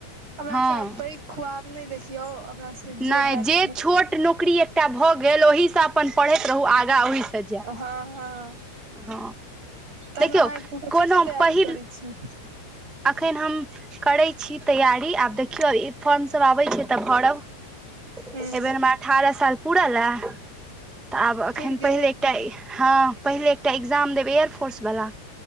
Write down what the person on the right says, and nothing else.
अपना
सब पइ खुआब नहि देखियौ अपना सबके
हैत
हँ हँ
तहन
अहाँ एखन कथी
के तैयारी
करै छी
हूं
पुरि गेल